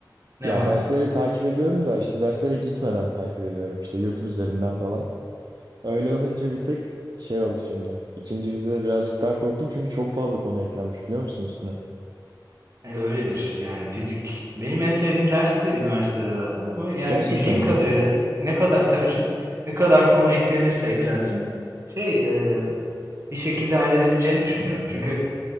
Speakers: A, on the right; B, on the right.
A: Ne
B: Ya
A: var?
B: dersleri takip ediyorum da işte derslere gitmeden takip ediyorum. işte YouTube üzerinden falan. Öyle olunca bir tık şey oldu şimdi. İkinci vizede birazcık daha korktum çünkü çok fazla konu eklenmiş biliyor musun üstüne?
A: E, öyledir. Yani fizik benim en sevdiğim dersi üniversitede zaten. Ama yani
B: Gerçekten
A: bildiğim kadarıyla
B: mi?
A: ne kadar tabii canım ne kadar konu eklenirse eklensin şey e, bir şekilde halledebileceğini düşünüyorum. Çünkü